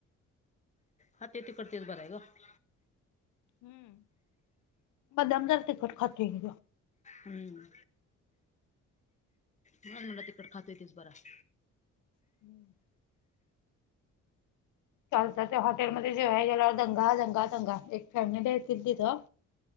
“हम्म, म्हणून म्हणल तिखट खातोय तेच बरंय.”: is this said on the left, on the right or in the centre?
Left